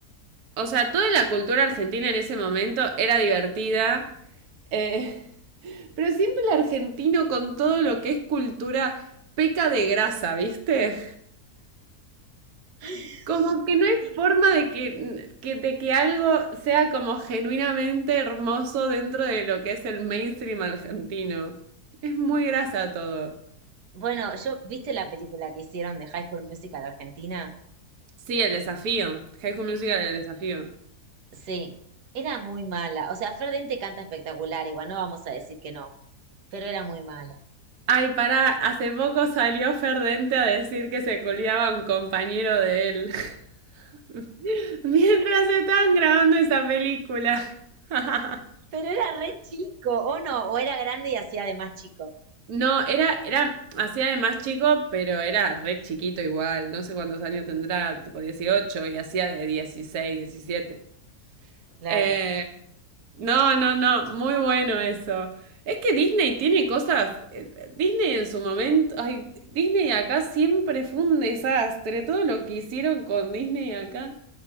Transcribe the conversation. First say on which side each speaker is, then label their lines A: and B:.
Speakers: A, on the right; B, on the right.
A: o sea, toda la cultura argentina en ese momento era divertida. eh, <laughs> pero siempre el argentino con todo lo que es cultura peca de grasa, ¿viste?
B: <gasps>
A: Como que no hay forma de que, que- de que algo sea como genuinamente hermoso dentro de lo que es el mainstream argentino. Es muy grasa todo.
B: Bueno, yo, ¿viste la película que hicieron de High School Musical Argentina?
A: Sí, el desafío. High School Musical, el desafío.
B: Sí, era muy mala. O sea, Fer Dente canta espectacular, igual no vamos a decir que no, pero era muy mala.
A: Ay, pará, hace poco salió Ferdente a decir que se culiaba a un compañero de él. <laughs> Mientras estaban grabando esa película. <laughs>
B: Pero era re chico, o no, o era grande y hacía de más chico.
A: No, era, era hacía de más chico, pero era re chiquito igual. No sé cuántos años tendrá, tipo 18 y hacía de 16, 17.
B: Claro.
A: Eh, no, no, no, muy bueno eso. Es que Disney tiene cosas. eh, Disney en su momento. Ay, Disney acá siempre fue un desastre. Todo lo que hicieron con Disney acá